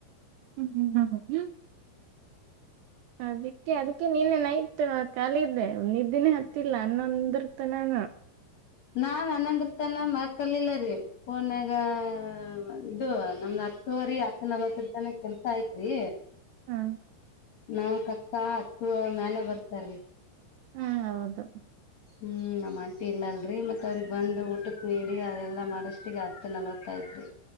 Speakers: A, on the right; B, on the left.
A: ಹ್ಮ್ ಹ್ಮ್ ಹ್ಮ. ಅದಕ್ಕೆ ಅದಕ್ಕೆ ನಿನ್ನೆ ನೈಟ್. ಖಾಲಿದ್ದೆ ನಿದ್ದಿನೇ ಹತ್ತಿಲ್ಲ ಹನ್ನೊಂದ್ರತನಾನು.
B: ನಾನ್ನ್ನಂದ್ರ ತನ್ನ ಮಕ್ಕಲಿಲ್ಲಾರಿ ಫೋನ್ಯಾಗಾ. ಹ ಇದು ನಮ್ ಹತ್ತವರಿ ಅತ್ತನವತ್ತರತನ ಕೆಲ್ಸ ಯತ್ರಿ.
A: ಹಾ
B: ನಾ. ಹತ್ತು ಮೇಲೆ ಬರ್ತ. ಸರಿ.
A: ಹಾ ಹೌದು.
B: ಹ್ಮ್ ನಮ್ಮ. ಇಲ್ಲ ಅಲ್ರರಿ ಮತ್ತತ್ ಅವ್ರಿಗೆ. ಬಂದು ಊಟಕ್ಕೆ ನೀಡಿ ಅದೆಲ್ಲ ಮಾಡಷ್ಠಿಗೆ ಹತ್ತು ನಲ್ವತ್ತೈತ್ರಿ.